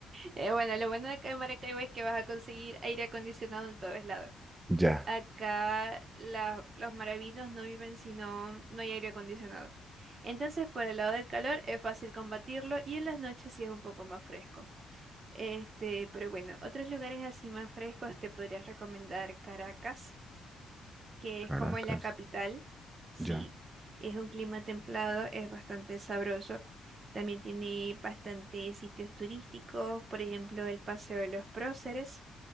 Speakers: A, on the right; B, on the right.
A: Eh, bueno, lo bueno de acá en Maracaibo es que vas a conseguir aire acondicionado en todos lados.
B: Ya,
A: Acá la- los maravinos no viven si no, no hay aire acondicionado. Entonces, por el lado del calor es fácil combatirlo y en las noches sí es un poco más fresco. Este, pero bueno, otros lugares así más frescos te podría recomendar Caracas, que
B: Caracas,
A: es como la capital. Sí,
B: ya.
A: es un clima templado, es bastante sabroso. También tiene bastantes sitios turísticos, por ejemplo, el Paseo de los Próceres,